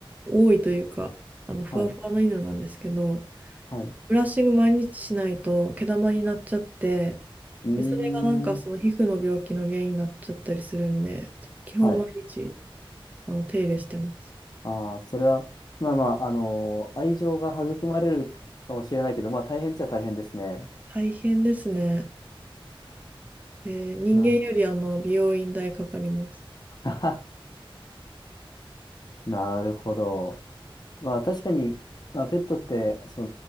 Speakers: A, on the right; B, on the left.
A: 多いというかあのふわふわな犬なんですけど
B: はい。はい。う
A: ブラッシング毎日しないと毛玉になっちゃって
B: ーん。
A: でそれがなんかその皮膚の病気の原因になっちゃったりするんで基本毎日
B: はい。
A: あの手入れしてます
B: ああ、それは、まあまあ、あのー愛情が育まれるかもしれないけど、まあ大変っちゃ大変ですね。
A: 大変ですね、で人間よりあの美容院代かかります
B: な、<laughs> なるほど。まあ確かに、まあ、ペットって、そ